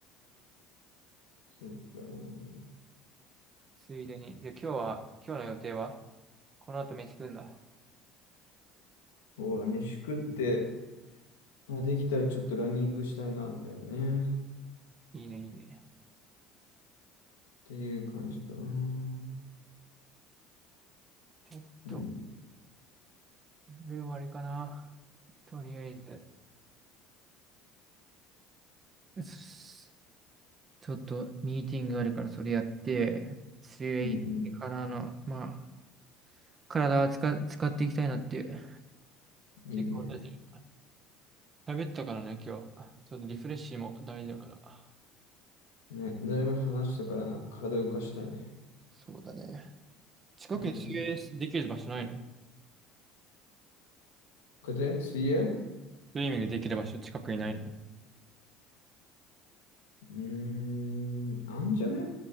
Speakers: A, on the left (about 80°); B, on the right (about 35°).
A: そうかな。
B: ついでに。で、今日は、今日の予定はこの後飯食うんだ。
A: そうだ、飯食って、まあ、できたらちょっとランニングしたいな、みたいなね。っ
B: いいね、いいね。
A: ていう感じかな。
B: ちょっと、
A: うん、
B: これはあれかな。とりあえず。うっすちょっと、ミーティングがあるから、それやって、水泳行ってからの、
A: うん、う
B: まあ、体は使、使っていきたいなっていう。
A: ん。
B: 結構私、
A: いいね。
B: 喋ったからね、今日。ちょっとリフレッシュも大事だから。
A: ね、だいぶ話したからな、体を動かしたいね。
B: そうだね。近くに水泳できる場所ないの
A: うん、うん。これで、水泳
B: スイミングできる場所近くにないの
A: うーん、あんじゃね